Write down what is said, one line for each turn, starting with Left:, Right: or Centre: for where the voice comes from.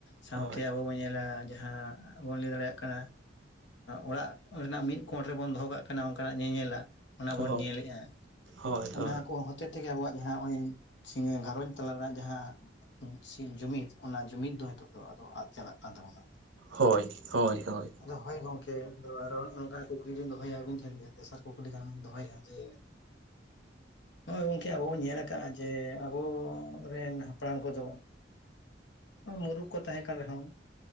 Left: ᱥᱟᱶᱛᱮ
Right: ᱦᱳᱭ
Left: ᱟᱵᱚ ᱵᱚᱱ ᱧᱮᱞᱟ ᱡᱟᱦᱟᱸ ᱵᱚᱱ ᱞᱟᱹᱭ ᱫᱟᱲᱮᱭᱟᱜ ᱠᱟᱱᱟ᱾ ᱚᱲᱟᱜ ᱨᱮᱱᱟᱜ ᱢᱤᱫ ᱠᱚᱸᱴ ᱨᱮᱵᱚᱱ ᱫᱚᱦᱚ ᱠᱟᱜ ᱠᱟᱱᱟ, ᱚᱱᱠᱟᱱᱟᱜ ᱧᱮᱧᱮᱞᱟᱜ᱾ ᱚᱱᱟ
Right: ᱦᱳᱭ
Left: ᱵᱚᱱ ᱧᱮᱞᱮᱜᱼᱟ᱾
Right: ᱦᱳᱭ
Left: ᱚᱱᱟ
Right: ᱦᱳᱭ
Left: ᱠᱚ ᱦᱚᱛᱮ ᱛᱮᱜᱮ ᱟᱵᱚᱣᱟᱜ ᱡᱟᱦᱟᱸ ᱱᱚᱜᱼᱚᱭ <unintelligible> ᱜᱷᱟᱨᱚᱸᱧᱡᱽ <inaudible> ᱛᱟᱞᱟ ᱨᱮᱱᱟᱜ ᱡᱟᱦᱟᱸ ᱡᱩᱢᱤᱫ ᱚᱱᱟ ᱡᱩᱢᱤᱫ ᱫᱚ ᱱᱤᱛᱚᱜ ᱫᱚ ᱟ ᱟᱫᱽ ᱪᱟᱞᱟᱜ ᱠᱟᱱ ᱛᱟᱵᱚᱱᱟ᱾
Right: ᱦᱳᱭ, ᱦᱳᱭ, ᱦᱳᱭ᱾
Left: ᱟᱫᱚ ᱦᱳᱭ ᱜᱚᱝᱠᱮ ᱟᱫᱚ ᱟᱨ ᱚᱱᱠᱟ ᱠᱩᱠᱞᱤᱧ ᱫᱚᱦᱚᱭᱟ ᱟᱵᱤᱱ ᱴᱷᱮᱱ ᱜᱮ, ᱛᱮᱥᱟᱨ ᱠᱩᱠᱞᱤ ᱞᱮᱠᱟᱵᱤᱱ ᱫᱚᱦᱚᱭᱟ, ᱡᱮ ᱦᱚᱜᱼ ᱜᱚᱢᱠᱮ ᱟᱵᱚ ᱵᱚᱱ ᱧᱮᱞ ᱠᱟᱜᱼᱟ, ᱡᱮ ᱟᱵᱚ ᱨᱮᱱ ᱦᱟᱯᱲᱟᱢ ᱠᱚᱫᱚ ᱢᱩᱨᱩᱠ ᱠᱚ ᱛᱟᱦᱮᱸ ᱠᱟᱱ ᱨᱮᱦᱚᱸ